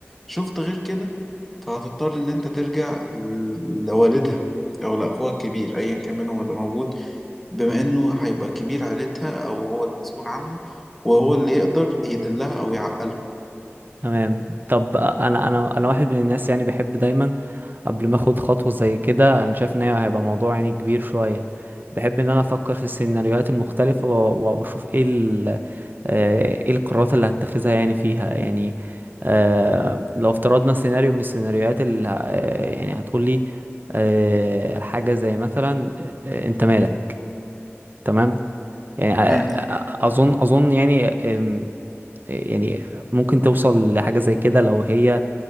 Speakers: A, in the centre; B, on the right.
A: شفت غير كده فهتضطر ان انت ترجع ل- لوالدها او لاخوها الكبير ايا كان منهم اللي موجود بما انه هيبقى كبير عيلتها او هو اللي مسؤول عنها وهو اللي يقدر يدلها او يعقلها
B: تمام طب انا انا انا واحد من الناس يعني بحب دايما قبل ما اخد خطوه زي كده انا شايف ان هي هيبقى موضوع يعني كبير شويه بحب ان انا افكر في السيناريوهات المختلفه و- و- واشوف ايه ال آه، ايه القرارات اللي هتخذها يعني فيها يعني آه، لو افترضنا سيناريو من السيناريوهات اللي ه- آه، يعني هتقولي آه، حاجه زي مثلا آه، انت مالك تمام يعني
A: مم.
B: أ- أ- اظن اظن يعني أم، يعني ممكن توصل لحاجة زي كده لو هي